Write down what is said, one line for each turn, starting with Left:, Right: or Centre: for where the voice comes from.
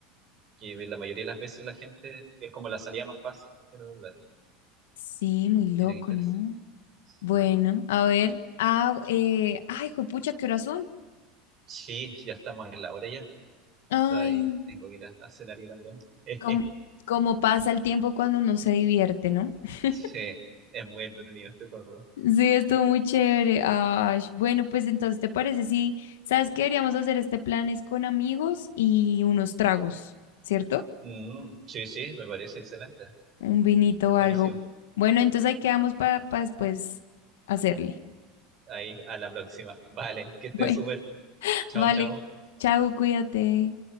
Right: que la mayoría de las veces la gente es como la salida más fácil, pero claro,
Left: Sí, muy loco,
Right: mira qué interesante.
Left: ¿no?
Right: Sí,
Left: Bueno, a ver. Ah, eh, ay, juepucha, qué horas son.
Right: Sí, ya estamos en la hora ya.
Left: Ay,
Right: Está ahí, tengo que ir a, a cenar yo también. <laughs>
Left: cómo, cómo pasa el tiempo cuando uno se divierte, ¿no? <laughs>
Right: Sí, es muy entretenido este juego.
Left: Sí, estuvo muy chévere. Ay, bueno, pues entonces, ¿te parece? Sí, ¿sabes qué? Deberíamos hacer este plan es con amigos y unos tragos, ¿cierto?
Right: Mm, sí, sí, me parece excelente.
Left: Un vinito o
Right: Buenísimo.
Left: algo. Bueno, entonces ahí quedamos para, para después hacerle. <laughs>
Right: Ahí, a la próxima. Vale, que estés
Left: Bueno,
Right: súper. Chao,
Left: vale.
Right: chao.
Left: Chao, cuídate.